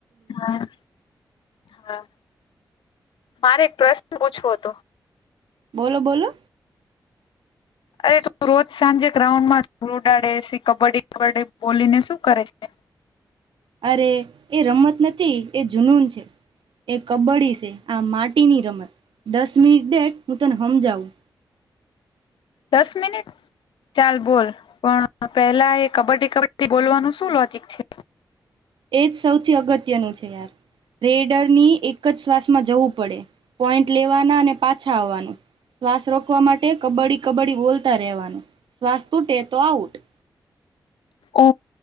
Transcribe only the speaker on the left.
હા હા મારે એક પ્રશ્ન પૂછવો તો?
અરે તું રોજ સાંજે ગ્રાઉન્ડ માં જ ઉડાડે કબડ્ડી કબડ્ડી બોલીને શું કરે છે?
દસ મિનિટ ચાલ બોલ પણ પેલા એ કબડ્ડી કબડ્ડી બોલવાનું શું લોજીક છે?
ઓ